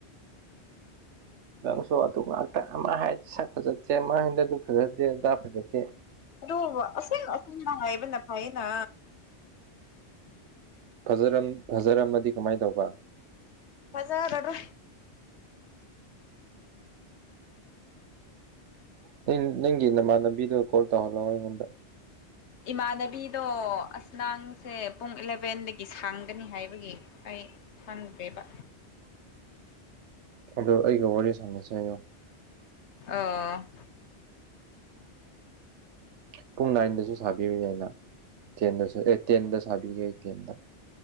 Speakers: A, on the right (about 90°); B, on the left (about 75°).
A: ꯅꯪꯁꯨ ꯑꯗꯨ ꯉꯥꯛꯇ ꯑꯃ ꯁꯛ ꯐꯖꯗꯦ ꯑꯃ ꯍꯥꯏꯅ ꯑꯗꯨ ꯐꯖꯗꯦ ꯑꯗꯥ ꯐꯖꯦ
B: ꯑꯗꯨ ꯑꯁ ꯑꯁꯦꯡꯅ ꯍꯥꯏꯕꯅ ꯐꯩꯅ
A: ꯐꯖꯔꯝ ꯐꯖꯔꯝꯃꯗꯤ ꯀꯃꯥꯏꯅ ꯇꯧꯕ
B: ꯐꯖꯗ꯭ꯔꯣ
A: ꯅ ꯅꯪꯒꯤ ꯅꯃꯥꯟ ꯂꯝꯕꯤꯗꯣ ꯀꯣꯜ ꯇꯧꯍꯜꯂꯣ ꯑꯩꯉꯣꯟꯗ
B: ꯏꯃꯥꯟꯅꯕꯤꯗꯣ ꯑꯁꯅꯥꯡꯁꯦ ꯄꯨꯡ ꯏꯂꯚꯦꯟꯗꯒꯤ ꯁꯥꯡꯒꯅꯤ ꯍꯥꯏꯕꯒꯤ ꯑꯩ ꯍꯪꯗꯦꯕ
A: ꯑꯗꯨ ꯑꯩꯒ ꯋꯥꯔꯤ ꯁꯥꯟꯅꯁꯦ ꯍꯥꯏꯌꯨ
B: ꯑ
A: ꯄꯨꯡ ꯅꯥꯏꯟꯗꯁꯨ ꯁꯥꯕꯤꯌꯨꯏ ꯑꯩꯅ ꯇꯦꯟꯗꯁꯨ ꯑꯦ ꯇꯦꯟꯗ ꯁꯥꯕꯤꯒꯦ ꯑꯩ ꯇꯦꯟꯗ